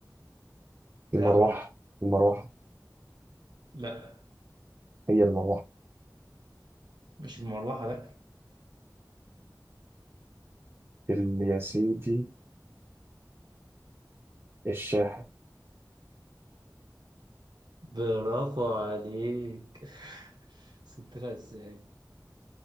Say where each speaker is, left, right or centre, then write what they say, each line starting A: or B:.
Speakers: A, on the right; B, on the right.
A: لأ
B: المروحة
A: برضه
B: المروحة
A: لأ
B: هي المروحة
A: مش المروحة لأ
B: ال- يا سيدي الشاحن
A: برافو عليك <laughs> وصلت لها إزاي